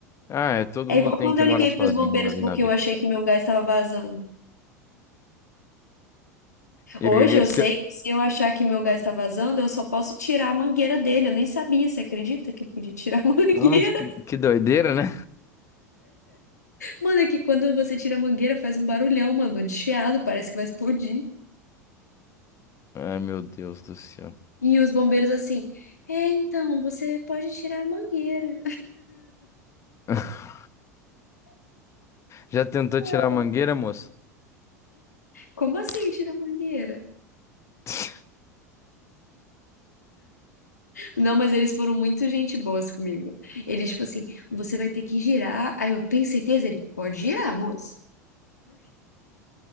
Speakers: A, on the left (about 30°); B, on the left (about 80°).
A: Ah, é, todo
B: É
A: mundo
B: igual
A: tem
B: quando
A: que
B: eu
A: morar
B: liguei
A: sozinho
B: pros bombeiros
A: uma vez
B: porque
A: na vida.
B: eu achei que meu gás estava vazando.
A: E
B: Hoje
A: o que que é
B: eu
A: esse...
B: sei que se eu achar que meu gás está vazando, eu só posso tirar a mangueira dele. Eu nem sabia, você acredita que eu podia tirar a <laughs> mangueira?
A: Nossa, que, que doideira, né?
B: Mano, é que quando você tira a mangueira faz um barulhão, mano, de chiado, parece que vai explodir.
A: Ai, meu Deus do céu.
B: E os bombeiros assim, é, então, você pode tirar a mangueira.
A: <laughs> Já tentou
B: <laughs>
A: tirar a mangueira, moço?
B: Como assim tirar a mangueira?
A: <laughs>
B: Não, mas eles foram muito gente boas comigo. Eles, tipo assim, você vai ter que girar. Aí eu tenho certeza, ele pode girar, moço.